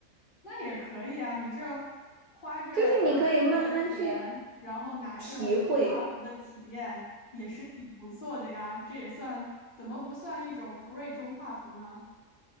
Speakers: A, on the left; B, on the right.
A: 那也可以啊，你这花着团服的钱，
B: 就是你可以慢慢去
A: 然后拿着中画幅的体验，
B: 体会
A: 也是挺不错的呀。这也算怎么不算一种 pre 中画幅呢？